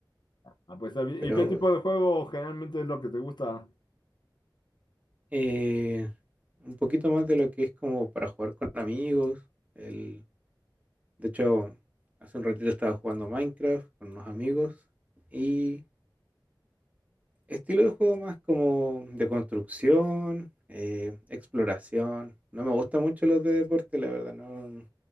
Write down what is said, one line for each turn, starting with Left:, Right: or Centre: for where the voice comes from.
Left: Ah, pues está bien.
Right: pero
Left: ¿Y qué tipo de juego generalmente es lo que te gusta?
Right: Eh, un poquito más de lo que es como para jugar con amigos. El, de hecho, hace un ratito estaba jugando Minecraft con unos amigos. Y estilo de juego más como de construcción, eh, exploración. No me gustan mucho los de deporte, la verdad. No,